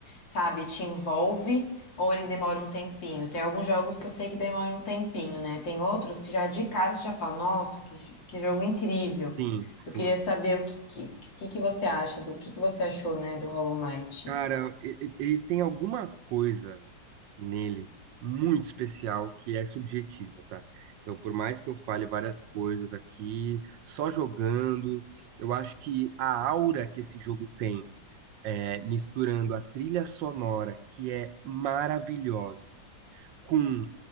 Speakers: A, on the left; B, on the right.
A: sabe, te envolve? Ou ele demora um tempinho? Tem alguns jogos que eu sei que demoram um tempinho, né? Tem outros que já de cara você já fala, nossa, que, que jogo incrível.
B: Sim, sim.
A: Eu queria saber o que, que, que que você acha, do que que você achou, né, do Hollow Knight.
B: Cara, e- e- ele tem alguma coisa nele muito especial que é subjetiva, tá? Então, por mais que eu fale várias coisas aqui, só jogando, eu acho que a aura que esse jogo tem, é, misturando a trilha sonora, que é maravilhosa, com